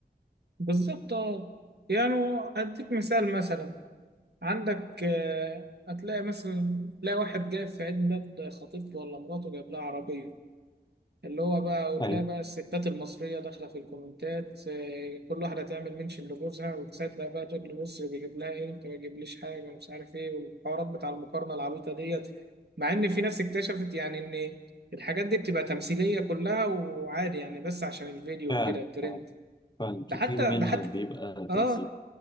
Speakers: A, on the right (about 75°); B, on the left (about 25°).
A: بالظبط أه يعني أديك مثال مثلا عندك آه، هتلاقي مثلا تلاقي واحد جايب في عيد ميلاد خطيبته ولا مراته جايب لها عربية اللي هو بقى وتلاقي
B: يعني
A: بقى الستات المصرية داخلة في الكومنتات آه، كل واحدة تعمل منشن لجوزها وتساعد بقى تقول له بص بيجيب لها ايه انت ما بيجيبليش حاجة ومش عارف ايه والحوارات بتاع المقارنة العبيطة ديت مع ان في ناس اكتشفت يعني ان الحاجات دي بتبقى تمثيلية كلها وعادي يعني بس عشان الفيديو
B: فعلا
A: وكده الترند
B: فعلا
A: ده
B: كتير
A: حتى
B: منها
A: ده حتى
B: بيبقى
A: اه
B: تمسيك